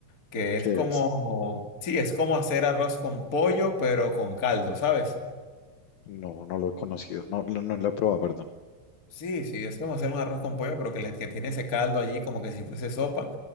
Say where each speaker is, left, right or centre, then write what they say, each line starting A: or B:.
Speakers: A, on the left; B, on the left.
A: que
B: ¿qué
A: es como,
B: es?
A: sí, es como hacer arroz con pollo, pero con caldo, ¿sabes?
B: No, no lo he conocido, no, no no lo he probado, perdón.
A: Sí, sí, es como hacer un arroz con pollo, pero que, le- que tiene ese caldo allí como que si fuese sopa